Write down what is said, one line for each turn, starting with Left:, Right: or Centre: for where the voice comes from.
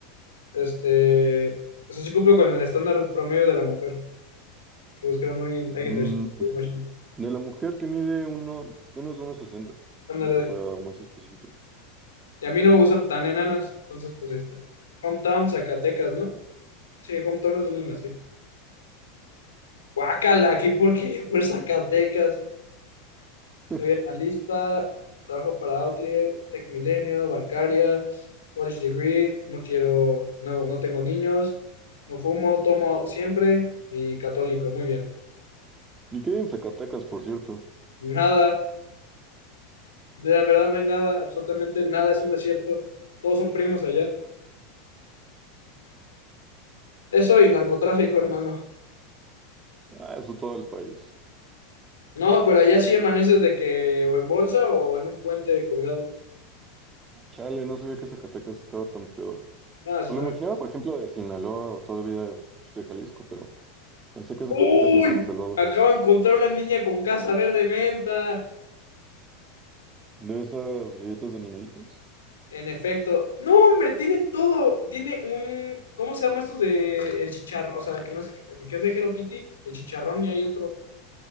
Left: Este. O sea, sí cumplo con el estándar promedio de la mujer. Que buscaron alguien, alguien
Right: Mm,
Left: de Uno ochenta.
Right: de la mujer que mide uno, menos de unos sesenta,
Left: Ándale.
Right: un poco más específico.
Left: Y a mí no me gustan tan enanas. Entonces, pues ahí está. Hometown, Zacatecas, ¿no? Sí, hometown es donde nací. Guácala, qué porquería por Zacatecas. Soy
Right: <laughs>
Left: analista, trabajo para Outlier, Tech Milenio, bancaria, college degree, no quiero, no, no tengo niños, no fumo, tomo siempre y católico, muy bien.
Right: Ni que hay en Zacatecas, por cierto.
Left: Nada, de la verdad no hay nada, absolutamente nada, es un desierto, todos son primos allá. Eso y narcotráfico, hermano.
Right: Ah, eso todo el país.
Left: No, pero allá sí amaneces de que o en bolsa o en un puente colgado.
Right: Chale, no sabía que Zacatecas estaba tan peor.
Left: Ah, sí,
Right: Pues
Left: también.
Right: lo imaginaba, por ejemplo, de Sinaloa o todavía pues, de Jalisco, pero pensé que Zacatecas
Left: ¡Uy!
Right: medio se salvaba.
Left: Acabo de encontrar una niña con casa verde menta.
Right: De esas galletas de animalitos.
Left: En efecto. No, hombre, tiene todo. Tiene un. ¿Cómo se llama estos de el chicharrón? O sea, que no es, el que es de Hello Kitty, el chicharrón y hay otro.